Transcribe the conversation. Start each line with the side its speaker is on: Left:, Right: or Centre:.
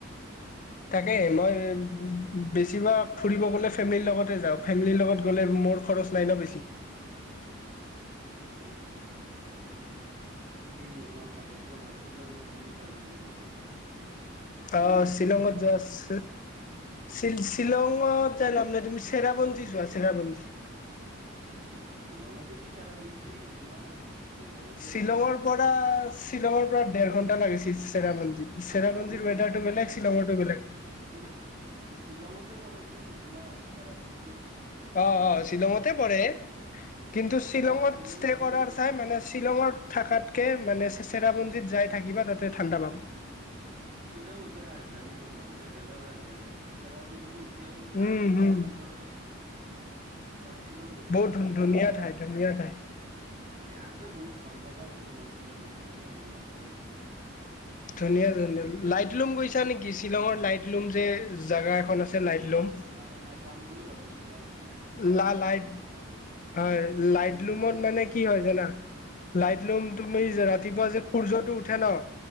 Left: তাকে মই বেছি ভাগ ফুৰিব গ'লে ফেমিলিৰ লগতে যাওঁ। ফেমিলিৰ লগত গ'লে মোৰ খৰচ নাই ন বেছি।
Right: হয় হয় হয়, এই মই ভাবিছোঁ ৰবা! শ্বিলঙত দিগী যাম কিজানি। কেইদিনৰ
Left: অ'
Right: ভিতৰতে
Left: শ্বিলংত
Right: যাম
Left: যোৱা।
Right: নেক্সট
Left: শ্বিল-শ্বিলঙত যাই লাভ নাই, তুমি চেৰাপুঞ্জী যোৱা চেৰাপুঞ্জী।
Right: চি-শ্বিলংততেটো চেৰাপুঞ্জী তোমাৰ। মেঘালয়তে
Left: শ্বিলঙৰ
Right: পৰে
Left: পৰা শ্বিলঙৰ পৰা ডেৰ ঘন্টা লাগে চেৰাপুঞ্জী। চেৰাপুঞ্জীৰ
Right: অ জানো
Left: ৱেডাৰটো বেলেগ শ্বিলংৰটো বেলেগ।
Right: শ্বিল-শ্বিলংতে পৰেতো তোমাৰ চেৰাপুঞ্জী।
Left: অ' অ' শ্বিলংতে পৰে। কিন্তু শ্বিলংত
Right: শ্বিলং
Left: ষ্টে
Right: হৈছে
Left: কৰাৰ
Right: তোমাৰ
Left: চাই মানে শ্বিলংৰ। থাকাতকে মানে চেৰাপুঞ্জীত যাই থাকিবা তাতে ঠাণ্ডা পাবা।
Right: শ্বিলং হৈছে ৰাজধানী তোমাৰ মেঘালয়ৰ ৰাজধানী চেৰাপুঞ্জী। <unintelligible>
Left: উম হম
Right: শ্বিলংৰে। তোমাৰ শ্বিলং হৈছে
Left: বহুত
Right: ৰাজধানী
Left: ধুন ধুনীয়া
Right: তোমাৰ।
Left: ঠাই
Right: এ
Left: ধুনীয়া ঠাই
Right: আছে বহুত ভাল জাগা আছে তোমাৰ শ্বিলংত ধুনীয়া ধুনীয়া ঠাই আছে।
Left: ধুনীয়া ধনীয়া
Right: তেনেকুৱা
Left: লাইট লুম গৈছা নেকি? শ্বিলংৰ লাইট লোম যে জেগা এখন আছে লাইট লোম।
Right: নাই নাই যাম বুলি ভাবিছো। লাইট
Left: লা লাইট হয়,
Right: লাইটলুম
Left: লাইটলুমত
Right: আৰু কিবা
Left: মানে কি হয় জানা লাইটলুম তুমি যে ৰাতিপুৱা যে সূৰ্যটো উঠে ন'